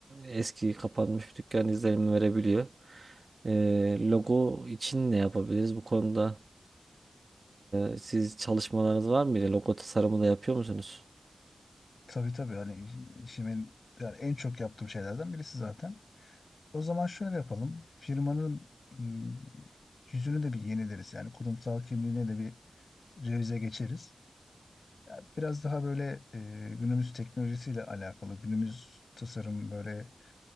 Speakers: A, on the right; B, on the left.
A: eski kapanmış bir dükkan izlenimi verebiliyor. E, logo için ne yapabiliriz bu konuda? E, siz çalışmalarınız var mıydı? Logo tasarımı da yapıyor musunuz?
B: Tabii tabii hani işimin yani en çok yaptığım şeylerden birisi zaten. O zaman şöyle yapalım. Firmanın m, yüzünü de bir yenileriz. Yani kurumsal kimliğine de bir revize geçeriz. Ya Biraz daha böyle e, günümüz teknolojisiyle alakalı, günümüz tasarım böyle